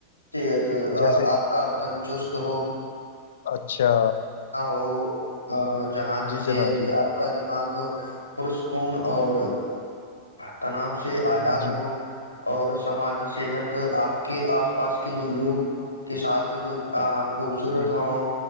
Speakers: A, on the left (about 80°); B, on the left (about 60°).
A: صحت
B: جیسے
A: آپ کا بدن چست تو
B: اچھا
A: تو جہانی
B: جی جناب
A: صحت
B: جی
A: آپ کاا دماغ پرسکون اور تناؤ سے آزاد
B: جی
A: ہو اور سماجی صحت آپ کے آس پاس کے جو لوگ کے ساتھ جو خوبصورت
B: جی
A: ہ